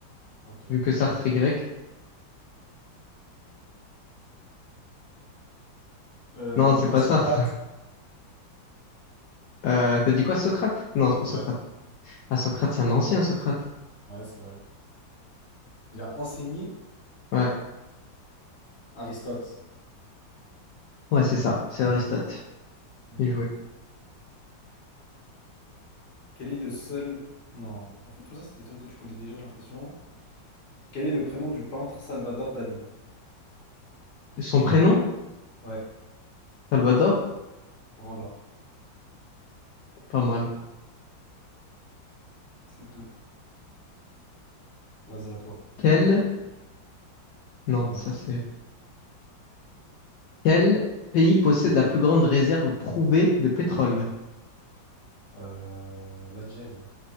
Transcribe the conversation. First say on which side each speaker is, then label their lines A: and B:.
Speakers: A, on the left; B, on the left.
A: Ok.
B: Vu que Sartre est grec.
A: Euh,
B: Non, c'est pas
A: Socrate.
B: Sartre. <laughs> Euh, t'as dit quoi, Socrate? Non, c'est pas
A: Ouais,
B: Socrate. Ah, Socrate, c'est un ancien Socrate.
A: ouais, c'est vrai. Il a enseigné
B: Ouais,
A: Aristote.
B: ouais, c'est ça. C'est Aristote.
A: Ok.
B: Bien joué.
A: Quel est le seul... Non, en fait, tout ça, c'est des trucs que tu connais déjà, j'ai l'impression. Quel est le prénom du peintre Salvador Dali?
B: Son prénom?
A: Ouais,
B: Salvador?
A: voilà,
B: Pas mal.
A: c'est tout. Vas-y, à toi.
B: Quel? Non,
A: Ouais.
B: ça c'est Quel pays possède la plus grande réserve prouvée de pétrole?
A: Euh, l'Algérie.